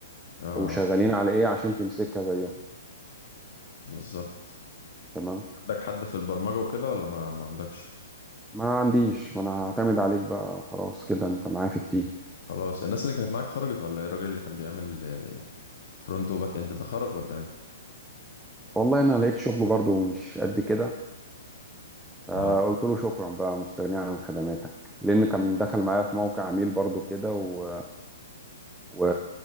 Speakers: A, on the left; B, in the centre.
A: اه
B: وشغالين على ايه عشان تمسكها زيهم
A: بالظبط
B: تمام
A: عندك حد في البرمجة وكده ولا ما ما عندكش
B: ما عنديش ما انا هعتمد عليك بقى خلاص كده انت معايا في التيم
A: خلاص الناس اللي كانت معاك خرجت ولا ايه الراجل اللي كان بيعمل فرونت وباك اند ده خرج ولا ايه
B: والله انا لقيت شغل برضو مش قد كده فقلت
A: اه
B: له شكرا بقى مستغني عن خدماتك لان كان دخل معايا في موقع عميل برضو كده و... و...